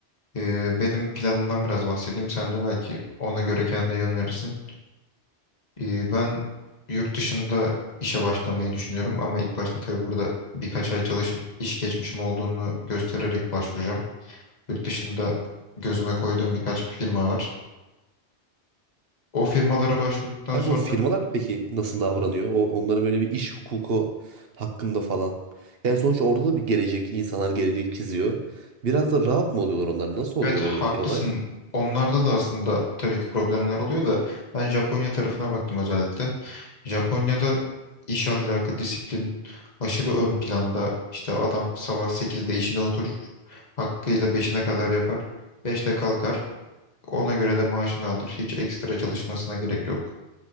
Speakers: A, on the left; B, on the right.
A: Ee, benim planımdan biraz bahsedeyim. Sen de belki ona göre kendine yön verirsin. Ee, ben yurt dışında işe başlamayı düşünüyorum ama ilk başta tabii burada birkaç ay çalışıp iş geçmişim olduğunu göstererek başvuracağım. Yurt dışında gözüme koyduğum birkaç firma var. O firmalara başvurduktan
B: Kanka
A: sonra
B: o firmalar peki nasıl davranıyor? O onların böyle bir iş hukuku hakkında falan. Yani sonuçta orada da bir gelecek, insanlar gelecek çiziyor. Biraz da rahat mı oluyorlar onlar? Nasıl oluyor
A: Evet haklısın.
B: oradaki olay?
A: Onlarda da aslında tabii ki problemler oluyor da ben Japonya tarafına baktım özellikle. Japonya'da iş ahlakı, disiplin aşırı ön planda. İşte adam sabah sekizde işine oturur. Hakkıyla beşine kadar yapar. Beşte kalkar. Ona göre de maaşını alır. Hiç ekstra çalışmasına gerek yok.